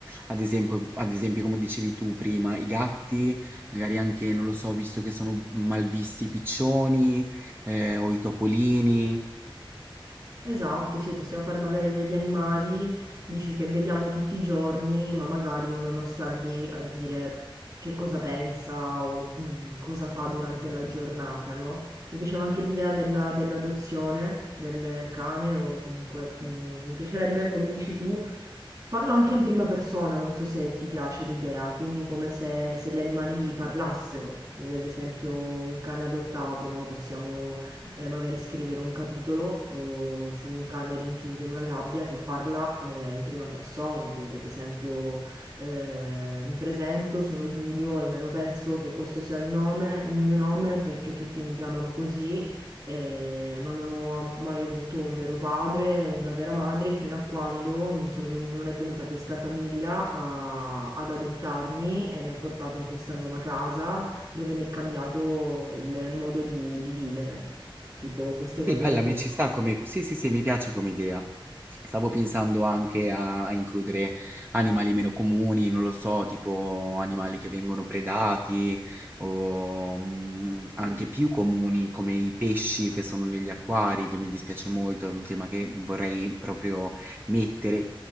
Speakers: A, on the right; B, on the right.
A: Ad esempio ad esempio come dicevi tu prima, i gatti, magari anche, non lo so, visto che sono malvisti i piccioni, ehm, o i topolini.
B: Esatto, sì, possiamo fare magari degli animali, dici che vediamo tutti i giorni, ma magari uno non sta lì a dire che cosa pensa o mm, cosa fa durante la giornata, no? Mi piaceva anche l'idea della- dell'adozione del cane o comunque mm, mi piacerebbe, come dici tu, farlo anche in prima persona, non so se ti piace l'idea, quindi come se, se gli animali parlassero, quindi ad esempio un cane adottato, no? Possiamo eh, magari scrivere un capitolo o su un cane rinchiuso in una gabbia che parla eh, in prima persona, quindi ad esempio eh, mi presento, sono Giulio, almeno penso che questo sia il nome, il mio nome perché tutti mi chiamano così. eh, ma non ho mai avuto un vero padre, una vera madre, fino a quando non sono venu- non è venuta questa famiglia a- ad adottarmi e mi ha portato in questa nuova casa dove mi è cambiato il, il modo di, di vivere tipo queste
A: Sì,
B: cose
A: bella,
B: così.
A: mi ci sta come... Sì, sì, sì, mi piace come idea. Stavo pensando anche a, a includere animali meno comuni, non lo so, tipo animali che vengono predati o mm, anche più comuni come i pesci che sono negli acquari, che mi dispiace molto, è un tema che vorrei proprio mettere.